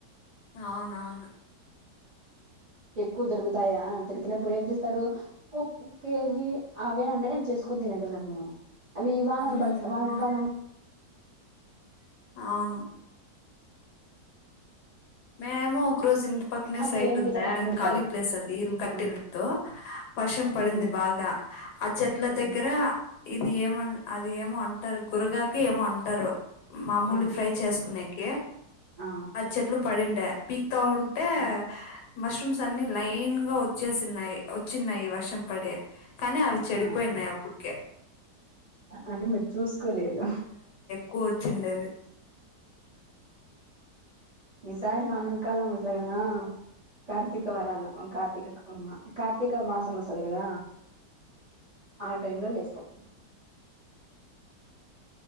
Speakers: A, on the left (about 70°); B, on the right (about 35°).
A: అవునవును
B: ఎక్కువ దొరుకుతాయా దొరికినప్పుడు ఏం చేస్తారు ఒ కేజీ ఆవే అంటే నే చేసుకుని తినగలము. అవి వానలు
A: ఉమ్
B: పడుత వానాల కాలం
A: అవును మేము ఒక రోజు పక్కనే
B: అవి
A: సైట్
B: ఏం
A: ఉందా
B: చేస్తారు అమ్ముంటారు
A: ఖాళీ ప్లేస్ అది ఇలు కట్టినో
B: ఆ
A: వర్షం పడింది
B: ఉమ్
A: బాగా ఆ చెట్ల దగ్గర
B: ఉమ్,
A: ఇది ఏమ అది ఏమో అంటారు గురగాకి ఏమో అంటారు. మామూలు
B: ఆ
A: ఫ్రై చేసుకునే ఓకే
B: ఆ
A: చెట్లు పడిండ పీకి వా ఉంటే
B: ఉమ్,
A: మష్రూమ్స్ అన్ని లైన్ గా వచ్చేసినయి వచ్చినయి వర్షం పడే కానీ అవి చెడిపోయిన్నాయి
B: ఆ
A: అప్పుడు ఓకే
B: అంటే మీరు చూసుకోలేదు.
A: కోచిండేది
B: ఈసారి వానల్ కాల మసగదా కార్తిక వారాలం కార్తక కార్తీక మాసం వస్తుంది కదా ఆ టైమ్ లో లేస్తాయి